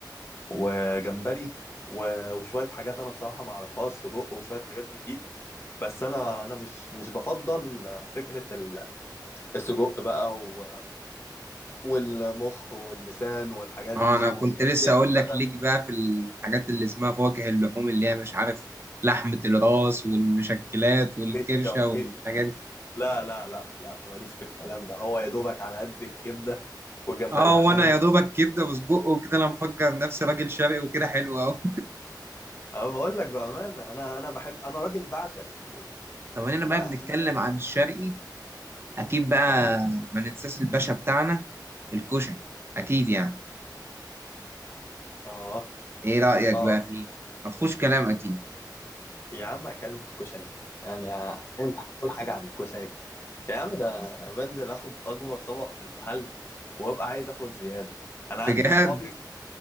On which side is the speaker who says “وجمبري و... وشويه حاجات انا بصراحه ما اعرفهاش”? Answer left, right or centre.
Left